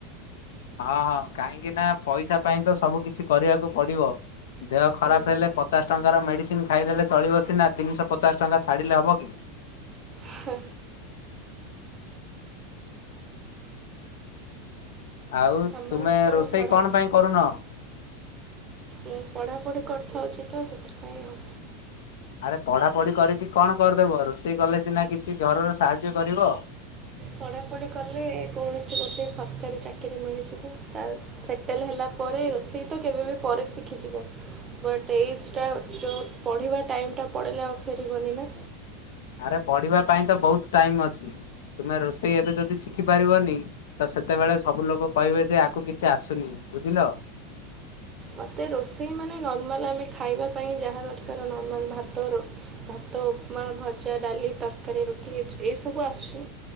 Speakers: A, on the left (about 60°); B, on the right (about 25°).
A: ହଁ ହଁ କାହିଁକି ନା ପଇସା ପାଇଁ ତ ସବୁ କିଛି କରିବାକୁ ପଡିବ। ଦେହ ଖରାପ
B: ହୁଁ ହୁଁ
A: ହେଲେ ପଚାଶ ଟଙ୍କା ଙ୍କାର ମେଡ଼ିସିନ ଖାଇଦେଲେ ଚଳିବ ସିନା ତିନିଶହ ପଚାଶ ଟଙ୍କା ଛାଡ଼ିଲେ ହେବ କି?
B: ହଁ।
A: ଆଉ
B: ତୁମର
A: ତୁମେ
B: କ'ଣ
A: ରୋଷେଇ
B: ପଢ଼ା
A: କଣ ପାଇଁ କରୁନାହ?
B: ମୁ ପଢ଼ାପଢ଼ି କରିଥାଉଛି ତ ସେଥିପାଇଁ ଆଉ।
A: ଆରେ ପଢ଼ାପଢ଼ି କରିକି କଣ କରିଦେବ ରୋଷେଇ କଲେ ସିନା କିଛି ଘରର ସାହାଯ୍ୟ କରିବ।
B: ପଢ଼ାପଢ଼ି କଲେ କୌଣସି ଗୋଟିଏ ସରକାରୀ ଚାକିରି ମିଳିଯିବ ତା ସେଟେଲ୍ ହେଲା ପରେ ରୋଷେଇ ତ କେବେ ବି ପରେ ଶିଖିଯିବ। ବଟ୍ ଏଜ୍ ଟା ଯଉ ପଢ଼ିବା ଟାଇମଟା ପଳେଇଲେ ଆଉ ଫେରିବନି ନା।
A: ଆରେ ପଢିବା ପାଇଁ ତ ବହୁତ ଟାଇମ ଅଛି ତୁମେ ରୋଷେଇ ଏବେ ଯଦି ଶିଖି ପାରିବନି ତ ସେତେବେଳେ ସବୁ ଲୋକ କହିବେ ଆକୁ କିଛି ଆସୁନି ବୁଝିଲ।
B: ମୋତେ ରୋଷେଇ ମାନେ ନର୍ମାଲ ଆମେ ଖାଇବା ପାଇଁ ଯାହା ଦରକାର ନର୍ମାଲ୍ ଭାତ ରୋ ଭାତ। ଉପମା ଭଜା ଡାଲି ତରକାରୀ ରୁଟି ଏଇ ସବୁ ଆସୁଛି।